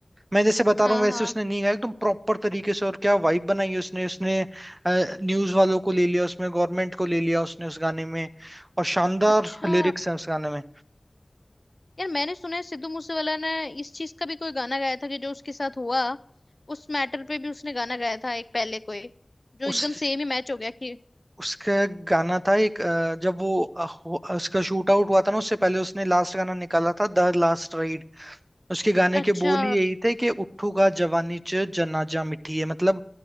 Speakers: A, on the right; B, on the left.
A: मैं जैसे बता
B: हाँ
A: रहा हूँ वैसे
B: हाँ
A: उसने नहीं गाया एकदम प्रॉपर तरीके से और क्या वाइब बनाई है उसने उसने न्यूज वालों को ले लिया उसमें गवर्नमेंट को ले लिया उसने उस गाने में और शानदार
B: अच्छा
A: लिरिक्स हैं उस गाने में
B: यार मैंने सुना है सिद्धू मूसेवाला ने इस चीज का भी कोई गाना गाया था कि जो उसके साथ हुआ उस मैटर पे भी उसने गाना गाया था एक पहले कोई जो
A: उस
B: एकदम सेम ही मैच हो गया कि
A: उसका गाना था एक अ, जब वो अ, हो- उसका शूट आउट हुआ था ना उससे पहले उसने लास्ट गाना निकाला था द लास्ट राइड उसके गाने
B: अच्छा
A: के बोल ही यही थे कि उठूगा जवानी च जनाजा मिठी है मतलब